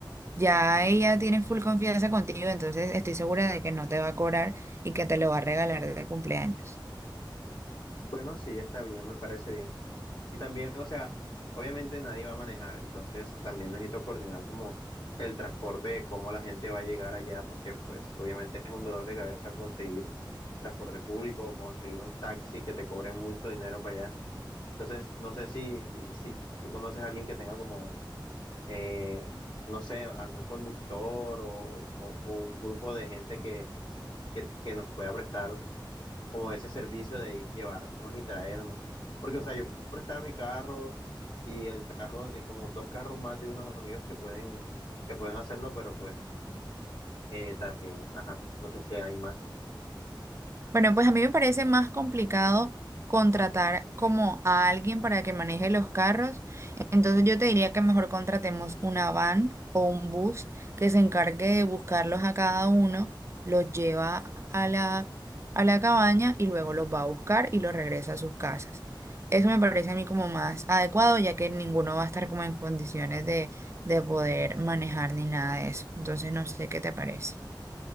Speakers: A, on the right (about 35°); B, on the left (about 70°).
A: Ya ella tiene full confianza contigo, entonces estoy segura de que no te va a cobrar y que te lo va a regalar de cumpleaños.
B: Bueno, sí, está bien, me parece bien. Y también, o sea, obviamente nadie va a manejar, entonces también necesito coordinar como el transporte de cómo la gente va a llegar allá, porque pues obviamente es un dolor de cabeza conseguir transporte público o conseguir un taxi que te cobre mucho dinero para allá. Entonces, no sé si, si tú conoces a alguien que tenga como eh, no sé, algún conductor o, o- o un grupo de gente que, que- que nos pueda prestar como ese servicio de llevarnos y traernos. Porque, o sea, yo puedo prestar mi carro y el carro, y como dos carros más de unos amigos que pueden, que pueden hacerlo, pero pues eh, también, ajá, no sé si hay más.
A: Bueno, pues a mí me parece más complicado contratar como a alguien para que maneje los carros Entonces yo te diría que mejor contratemos una van o un bus que se encargue de buscarlos a cada uno, los lleva a la, a la cabaña y luego los va a buscar y los regresa a sus casas. Eso me parece a mí como más adecuado, ya que ninguno va a estar como en condiciones de, de poder manejar ni nada de eso. Entonces no sé qué te parece.